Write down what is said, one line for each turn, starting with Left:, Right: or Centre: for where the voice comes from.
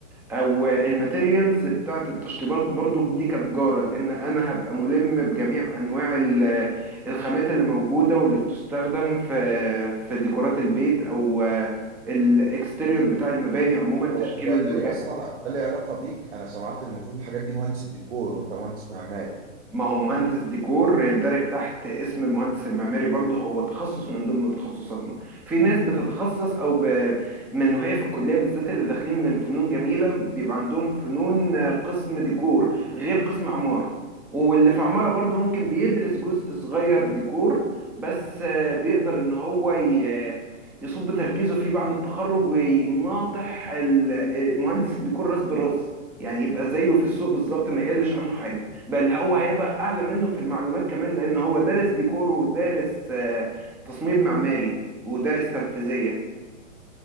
Centre: او الماتيريالز بتاعه التشطيبات برضو دي كتجاره لان انا هبقى ملم بجميع انواع ال- الخامات اللي موجوده واللي بتستخدم في في ديكورات البيت او الاكستيريور بتاع المباني عموما
Right: هو
Centre: تشكيل
Right: هو
Centre: الواجهات
Right: ده ليه اصلا ده ليه علاقه بيك انا سمعت المفروض الحاجات دي مهندس الديكور وانت مهندس معماري
Centre: ما هو مهندس ديكور يندرج تحت اسم المهندس المعماري برضه هو تخصص من ضمن تخصصاتنا في ناس بتتخصص او ب... من وهي في الكليه بالذات اللي داخلين من فنون جميله بيبقى عندهم فنون آه، قسم ديكور غير قسم عماره واللي في عماره برضه ممكن بيدرس جزء صغير ديكور بس آه، بيقدر ان هو ي... آه، يصب تركيزه فيه بعد التخرج ويناطح ال- آه، مهندس الديكور راس براس يعني يبقى زيه في السوق بالظبط ما يقلش عنه حاجه بل هو هيبقى اعلى منه في المعلومات كمان لان هو دارس ديكور ودارس آه، تصميم معماري ودارس تنفيذيه